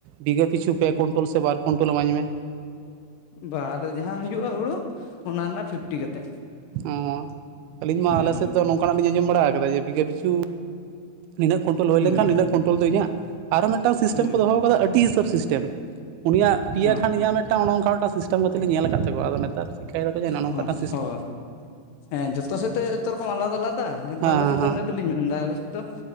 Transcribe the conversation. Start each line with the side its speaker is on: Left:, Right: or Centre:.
Right: ᱵᱤᱜᱷᱟᱹ ᱯᱤᱪᱷᱩ ᱯᱮ ᱠᱩᱭᱱᱴᱳᱞ ᱥᱮ ᱵᱟᱨ ᱠᱩᱭᱱᱴᱳᱞ ᱤᱢᱟᱹᱧ ᱢᱮ᱾
Left: ᱵᱟ, ᱟᱞᱮ ᱫᱚ ᱡᱟᱦᱟᱸ ᱦᱩᱭᱩᱜᱼᱟ ᱦᱩᱲᱩ, ᱚᱱᱟ ᱨᱮᱱᱟᱜ ᱯᱷᱤᱯᱴᱤ ᱠᱟᱛᱮᱫ᱾
Right: ᱚᱻ ᱟᱹᱞᱤᱧ ᱢᱟ
Left: ᱦᱩᱸ
Right: ᱟᱞᱮ ᱥᱮᱫ ᱫᱚ ᱱᱚᱝᱠᱟᱱᱟᱜ ᱞᱤᱧ ᱟᱸᱡᱚᱢ ᱵᱟᱲᱟ ᱠᱟᱫᱟ ᱡᱮ ᱵᱤᱜᱷᱟᱹ ᱯᱤᱪᱷᱩ ᱱᱤᱱᱟᱹᱜ ᱠᱚᱱᱴᱳᱞ ᱦᱩᱭ
Left: ᱦᱩᱸ
Right: ᱞᱮᱠᱷᱟᱱ ᱱᱤᱱᱟᱹᱜ ᱠᱩᱱᱴᱳᱞ ᱫᱚ ᱤᱧᱟᱹᱜ ᱾ᱟᱨᱚ ᱢᱤᱫᱴᱟᱝ ᱥᱤᱥᱴᱮᱢ
Left: ᱦᱩᱸ
Right: ᱠᱚ ᱫᱚᱦᱚ ᱟᱠᱟᱫᱟ ᱟᱹᱰ ᱛᱤ ᱦᱤᱥᱟᱹᱵᱽ ᱥᱤᱥᱴᱮᱢ ᱩᱱᱤᱭᱟᱜ ᱯᱮᱭᱟ
Left: ᱦᱚᱸ
Right: ᱠᱷᱟᱱ ᱤᱧᱟᱹᱜ ᱢᱤᱫᱴᱟᱝ ᱚᱱᱮ ᱚᱱᱠᱟ ᱢᱤᱫᱴᱟᱝ ᱥᱤᱥᱴᱮᱢ ᱠᱟᱛᱮᱫ ᱞᱤᱧ ᱧᱮᱞ ᱟᱠᱟᱫ ᱛᱟᱠᱚᱣᱟ, ᱟᱫᱚ ᱱᱮᱛᱟᱨ ᱪᱮᱠᱟᱭᱟ ᱫᱟᱜ ᱠᱚ ᱱᱚᱝᱠᱟᱱᱟᱜ
Left: ᱦᱚᱸ
Right: ᱢᱤᱫᱴᱟᱝ ᱥᱤᱥ
Left: ᱦᱳᱭ ᱦᱮᱸ ᱡᱚᱛᱚ ᱥᱮᱫ ᱛᱮ ᱡᱚᱛᱚ ᱨᱚᱠᱚᱢ ᱟᱞᱟᱫᱟ ᱟᱞᱟ ᱫᱟ ᱠᱤᱱᱛᱩ
Right: ᱦᱮᱸ
Left: ᱟᱞᱮ
Right: ᱦᱮᱸ
Left: ᱥᱮᱫ ᱫᱚ
Right: ᱦᱮᱸ
Left: ᱤᱱᱟᱹ ᱛᱮ ᱞᱤᱧ ᱢᱮᱱ ᱮᱫᱟ ᱟᱞᱮ ᱥᱮᱫ ᱫᱚ,